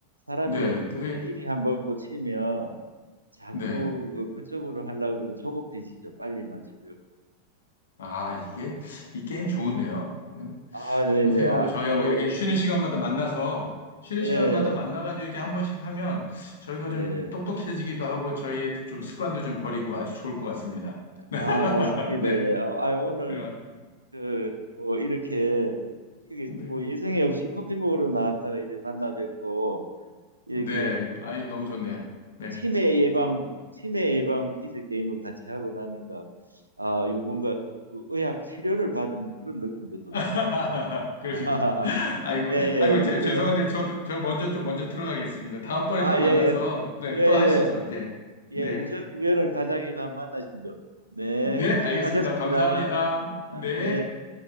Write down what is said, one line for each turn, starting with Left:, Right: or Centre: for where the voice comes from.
Right: 사람이
Left: 네,
Right: 어디
Left: 그게,
Right: 필이 한번 꽂히면 자꾸
Left: 네.
Right: 어, 그쪽으로 하려고 그러고 조급해지죠. 빨리 맞추려고.
Left: 아, 이게, 이 게임 좋은데요? 음,
Right: 아, 네네.
Left: 선생님하고
Right: 아주
Left: 저희하고
Right: 뭐,
Left: 이렇게 쉬는 시간마다 만나서, 쉬는
Right: 예,
Left: 시간마다 만나가지고 이렇게 한 번씩 하면 저희가
Right: 예.
Left: 좀 똑똑해지기도 하고 저희의 좀 습관도 좀 버리고 아주 좋을 것 같습니다. <laughs>
Right: 아, 맞습니다.
Left: 네.
Right: 예. 아, 아, 오늘,
Left: 아,
Right: 그, 뭐, 이렇게, 이게
Left: 네.
Right: 뭐, 예정이 없이 커피 먹으러 나왔다가 이렇게 만나 뵙고, 이렇게,
Left: 네. 아유, 너무
Right: 두-
Left: 좋네요. 네.
Right: 치매 예방, 치매 예방 퀴즈 게임을 같이 하고 나니까, 아, 이거 뭔가, 그 의학 치료를 받은 그런 느낌도 듭니다.
Left: <laughs> 그러시구나.
Right: <laughs> 하하하
Left: 아이고,
Right: 예, 예.
Left: 아이고, 제,
Right: 아이고,
Left: 죄송한데 저도, 저 먼저 좀 먼저 들어가겠습니다. 다음번에
Right: 아,
Left: 또
Right: 예,
Left: 만나서,
Right: 예.
Left: 네,
Right: 예, 예.
Left: 또 하시죠. 네.
Right: 예,
Left: 네.
Right: 우전, 우연을 가장해가 만나시죠. 네,
Left: 네,
Right: 수고하셨습니다.
Left: 알겠습니다. 감사합니다.
Right: 네.
Left: 네.
Right: 네.